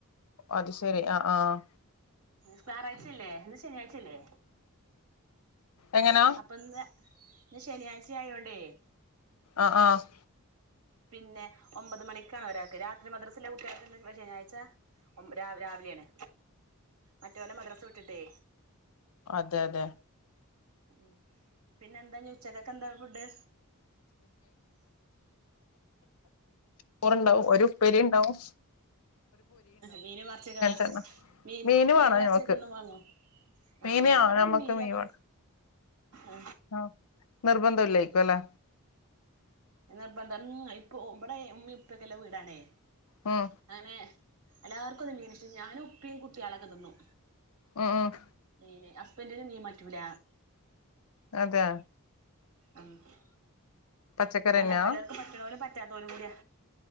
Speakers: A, on the left (about 75°); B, on the right (about 80°).
A: അത് ശരി ആ ആഹ്
B: ഞയാറാഴ്ച്ചല്ലേ ഇന്ന് ശനിയാഴ്ചല്ലേ
A: എങ്ങനാ
B: അപ്പന്ന് ഇന്ന് ശനിയാഴ്ച ആയോണ്ടേ
A: ആഹ് ആഹ്
B: പിന്നെ ഒമ്പത് മണിക്കാണ് ഒരാൾക്ക് രാത്രി മദ്രസിലെ കുട്ടിയാൾക്ക് ശനിയാഴ്ച ഒം രാവിലെയ ആണ് മറ്റൊലെ മദ്രാസ് വിട്ടിട്ടേ
A: അതെ, അതെ.
B: ഉം പിന്നെ എന്താഞ് ഉച്ചക്കൊക്കെന്താ ഫുഡ്?
A: ചോറുണ്ടാവും ഒരുപ്പെരിണ്ടാവും.
B: മീന് മറച്ചൊക്കെ എന്നാ
A: തന്നെ
B: മീന്, മീന്
A: വേണം
B: എറച്ചൊക്കെ
A: ഞമ്മക്ക്
B: ഒന്നും വാങ്ങോ?
A: മീന്
B: ആഹ് ഇവ്ടെ
A: ഞമ്മക്ക്
B: പിന്നെ മീന്
A: മീൻ
B: അങ്ങനത്തെ
A: വേണം
B: ആ
A: ആഹ് നിർബന്ധം ഇല്ലെയിക്കുവല്ലെ.
B: നിർബന്ധം ഇപ്പൊ ഇവിടെ ഉമ്മേം ഇപ്പൊക്കെല്ല വീടാണേ.
A: ഉം.
B: അങ്ങനെ എല്ലാർക്കുന്നും മീനിഷ് <unintelligible> ഞാനും ഉപ്പിയും കുത്തിഅളൊക്കെ തിന്നു.
A: ആഹ്, ആഹ്
B: മീന് ഹസ്ബന്റിന് മീം മറ്റൂല.
A: അതെ.
B: ആഹ്.
A: പച്ചക്കറിന്നെയാ
B: അങ്ങന പലർക്കും പറ്റണോലും പറ്റാത്തോലും കൂടിയാ.